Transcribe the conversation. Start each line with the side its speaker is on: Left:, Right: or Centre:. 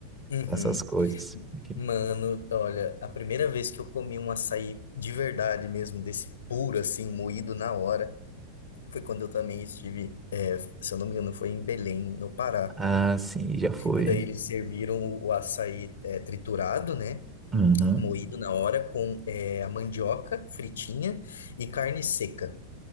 Left: Uhum.
Right: Essas coisas. Enfim.
Left: Mano, olha, a primeira vez que eu comi um açaí de verdade mesmo, desse puro, assim, moído na hora, foi quando eu também estive, é, se eu não me engano, foi em Belém, no Pará.
Right: Ah, sim, já foi,
Left: Que daí
Right: hein?
Left: eles serviram o, o açaí, é, triturado, né?
Right: Uhum.
Left: Moído na hora, com, é, a mandioca fritinha e carne seca.